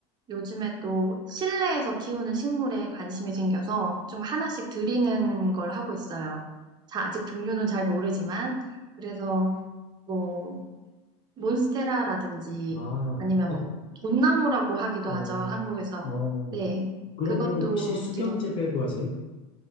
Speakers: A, on the right (about 30°); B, on the left (about 35°).
A: 요즘에 또 실내에서 키우는 식물에 관심이 생겨서 좀 하나씩 들이는 걸 하고 있어요. 자, 아직 종류는 잘 모르지만 그래서 뭐 몬스테라라든지
B: 아,
A: 아니면
B: 어,
A: 뭐 돈나무라고 하기도
B: 어,
A: 하죠. 한국에서.
B: 어,
A: 네.
B: 그러면
A: 그것도
B: 혹시 수경재배로
A: 들여
B: 하세요?